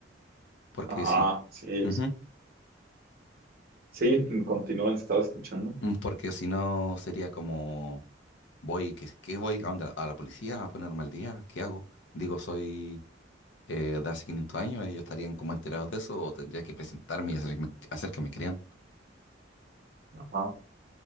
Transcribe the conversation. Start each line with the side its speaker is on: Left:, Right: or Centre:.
Left: porque
Right: Ajá,
Left: si,
Right: sí,
Left: ujú,
Right: sí, continúan, estaba escuchando.
Left: mm, porque si no sería como Voy, ¿qué, qué voy? ¿A dónde? ¿A la policía? ¿A ponerme al día? ¿Qué hago? Digo, soy eh, de hace 500 años, ellos estarían como enterados de eso, o tendría que presentarme y hacer, hacer que me crean.
Right: Ajá.